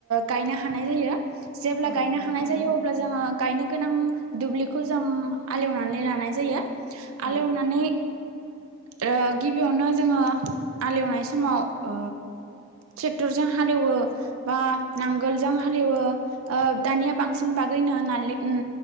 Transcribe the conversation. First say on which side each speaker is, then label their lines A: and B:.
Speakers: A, on the right (about 80°); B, on the right (about 65°).
A: गायनो हानाय जायो जेब्ला
B: औ
A: गायनो
B: औ
A: हानाय
B: थारैनो
A: जायो अब्ला जोङो गायनो गोनां दुब्लिखौ जों आलेवनानै लानाय जायो
B: औ
A: आलेवनानै ओ गिबियावनो जोङो आलेवनाय समाव ट्रेक्टरजों हालेवो बा नांगोलजों हालेवो ओ दानिया बांसिन बार <unintelligible> उम